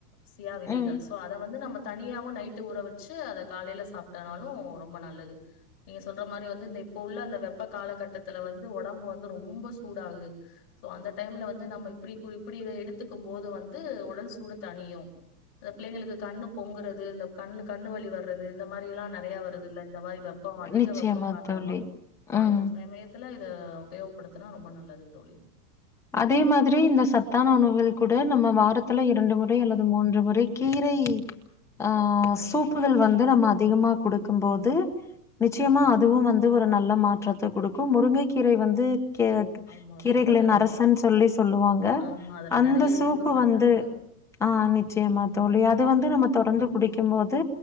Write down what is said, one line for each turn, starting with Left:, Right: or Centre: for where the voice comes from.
Left: சியா விதைகள்
Centre: ம்.
Left: சோ அத வந்து நம்ம தனியாவும் நைட்டு ஊற வச்சு அதை காலையில சாப்ட்டனாலும் ரொம்ப நல்லது நீங்க சொல்ற மாரி வந்து இந்த இப்ப உள்ள அந்த வெ ப காலகட்டத்தில் வந்து உடம்பு வந்து ரொம்ப சுடாகுது சோ அந்த டைம்ல வந்து நம்ம இப்டி கு இப்டி எடுத்துக்கு போது வந்து உடல் சூடு தணியு பிள்ளைங்களுக்கு இந்த கண்ணு பொங்குறது இந்த கண்ணுல கண்ணு வலி வர்றது இந்த மாரில்லா நெறைய வருதில்ல இந்த மாரி வெப்போ அதிக
Centre: நிச்சயமா
Left: வெப்போ காண்றோமா
Centre: தோழி.
Left: சோ அந்த
Centre: ம்.
Left: சமயத்துல உபயோகப்படுத்தினா ரொம்ப நல்லது தோழி
Centre: அதே மாதிரி இந்த சத்தான உணவுகள் கூட நம்ம வாரத்துல இரண்டு முறை அல்லது மூன்று முறை கீரை ஆ
Left: கண்டிப்பா
Centre: சூப்புகள் வந்து நம்ம அதிகமா குடுக் கும்போது நிச்சயமா
Left: ம்
Centre: அதுவும் வந்து ஒரு நல்ல நல்ல மாற்றத்த குடுக்கு முருங்கைக்கீரை வந்து கீரை
Left: ஆமா
Centre: கீரைகளின்
Left: ரொம்ப நல்லது
Centre: அரசு னு சொல்லி சொல்லுவாங்க
Left: ஆமா அதுல
Centre: அந்த
Left: நெறைய
Centre: சூப்பு
Left: இரும்பு சத்து
Centre: வந்து
Left: இருக்கு
Centre: ஆஹ் நிச்சியமா தோழி அது வந்து நம்ம தொடர்ந்து வந்து குடிக்கும்போது